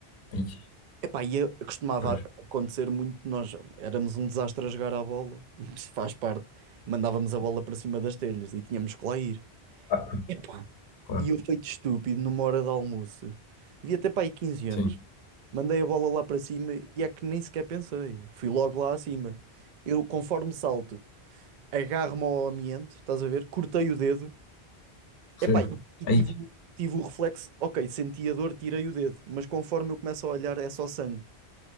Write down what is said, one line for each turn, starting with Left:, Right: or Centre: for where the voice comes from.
Left: Aí,
Right: Epá, e eu- costumava
Left: pois,
Right: acontecer muito, nós éramos um desastre a jogar à bola, <laughs> isso faz parte. Mandávamos a bola para cima das telhas e tínhamos que lá ir.
Left: ah,
Right: Epá,
Left: claro,
Right: e eu feito estúpido numa hora de almoço, devia ter para aí 15 anos.
Left: sim.
Right: Mandei a bola lá para cima e é que nem sequer pensei. Fui logo lá acima. Eu, conforme salto, agarro-me ao amianto, estás a ver? Cortei o dedo.
Left: Sim.
Right: Epá, e, e
Left: Aí,
Right: tive, o- tive o reflexo, ok, senti a dor, tirei o dedo. Mas conforme eu começo a olhar, é só sangue.